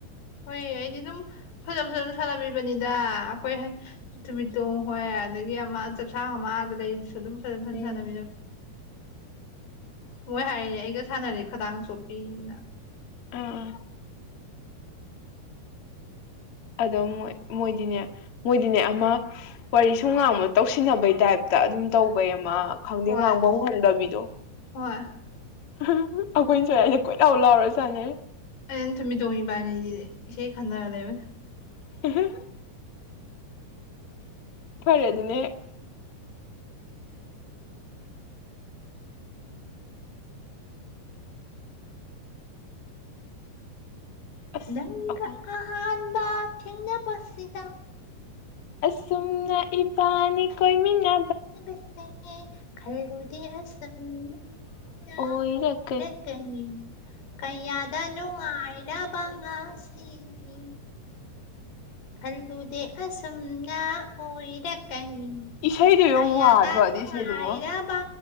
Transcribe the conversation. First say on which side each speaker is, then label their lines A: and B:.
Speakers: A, on the left; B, on the left.
A: ꯍꯣꯏ ꯑꯩꯗꯤ ꯑꯗꯨꯝ ꯐꯖꯅ ꯐꯖꯅ ꯑꯗꯨꯝ ꯁꯥꯟꯅꯕꯤꯕꯅꯤꯗ ꯑꯩꯈꯣꯏ ꯊꯨꯃꯤꯠꯇꯣꯡ ꯍꯣꯏ ꯑꯗꯒꯤ ꯑꯃ ꯆꯞꯁꯥꯡ ꯑꯃ ꯑ ꯑꯗꯨꯗ ꯑꯩꯗꯨꯁꯨ ꯑꯗꯨꯝ ꯐꯖꯅ ꯐꯖꯅ
B: ꯎꯝ
A: ꯁꯥꯟꯅꯃꯤꯅ ꯃꯣꯏ ꯍꯥꯏꯔꯤꯅꯦ ꯑꯩꯒ ꯁꯥꯟꯅꯔꯗꯤ ꯈꯗꯥꯡ ꯆꯣꯛꯊꯩꯅ
B: ꯑꯥ ꯑꯗꯣꯏ ꯃꯣꯏꯗꯤꯅꯦ ꯃꯣꯏꯗꯤꯅꯦ ꯑꯃ ꯋꯥꯔꯤ ꯁꯨꯝ ꯉꯥꯡꯕ ꯇꯧꯁꯤꯟꯅꯕꯩ ꯇꯥꯏꯞꯇ ꯑꯗꯨꯝ ꯇꯧꯕꯩ ꯑꯃ ꯈꯪꯗꯦ
A: ꯍꯣꯏ
B: ꯉꯥꯡꯕ ꯉꯝꯗꯕꯤꯗꯣ
A: ꯍꯣꯏ
B: <unintelligible> ꯑꯩꯈꯣꯏꯅ ꯁꯥꯏꯁꯦ ꯀꯣꯏꯂꯥꯎ ꯂꯥꯎꯔꯒ ꯁꯥꯟꯅꯩ
A: ꯑꯩꯅ ꯊꯨꯝꯃꯤ ꯇꯣꯡ ꯏꯕꯥꯅꯤꯖꯤ ꯏꯁꯩ ꯈꯟꯅꯔ ꯂꯩ
B: <unintelligible> ꯐꯔꯦ ꯑꯗꯨꯅ ꯍ‌ꯦꯛ ꯑꯁ
A: ꯅꯪꯒ
B: ꯑꯍꯨꯝ
A: ꯑꯍꯥꯟꯕ ꯊ‌ꯦꯡꯅꯕꯁꯤꯗ
B: ꯑꯁꯨꯝꯅ ꯏꯕꯥꯅꯤ ꯀꯣꯏꯃꯤꯟꯅ
A: ꯅꯕꯁꯦ ꯈꯜꯂꯨꯗ‌ꯦ ꯑꯁꯨꯝꯅ
B: ꯑꯣꯏꯔꯛꯀꯅꯤ
A: ꯑꯣꯏꯔꯛ ꯀꯅꯤ ꯀꯌꯥꯗ ꯅꯨꯡꯉꯥꯏꯔꯕ ꯉꯥꯁꯤꯗꯤ ꯈꯜꯂꯨꯗ‌ꯦ ꯑꯁꯨꯝꯅꯥ ꯑꯣꯏꯔꯀꯅꯤ
B: ꯏꯁꯩꯗꯨ
A: ꯀꯌꯥꯗ
B: ꯌꯦꯡꯉꯨ ꯋꯥꯗ꯭ꯔꯣ
A: ꯅꯨꯉꯥꯏꯔꯕ
B: ꯑꯗꯨ ꯏꯁꯩꯗꯨꯕꯨ